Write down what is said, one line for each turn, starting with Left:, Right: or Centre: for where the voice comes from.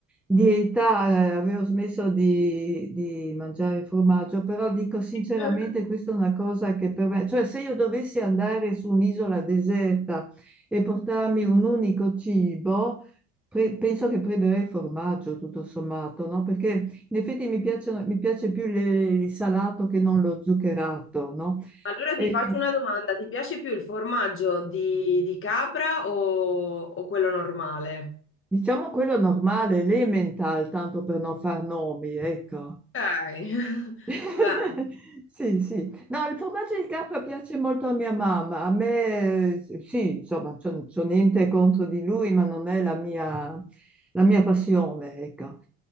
Centre: dieta eh, avevo smesso di, di mangiare formaggio, però dico sinceramente
Left: <laughs>
Centre: questa è una cosa che per me, cioè se io dovessi andare su un'isola deserta e portarmi un unico cibo, pre- penso che prenderei formaggio tutto sommato, no? Perché in effetti mi piacciono- mi piace più le- il salato che non lo zuccherato, no?
Left: Allora
Centre: E,
Left: ti faccio una domanda, ti piace più il formaggio di, di capra o, o quello normale?
Centre: diciamo quello normale, l'emmental, tanto per non far nomi, ecco.
Left: Ok, <laughs>
Centre: <laughs>
Left: bene.
Centre: Sì, sì. No, il formaggio di capra piace molto a mia mamma. A me, eh, sì, insomma, c'ho c'ho niente contro di lui, ma non è la mia, la mia passione, ecco.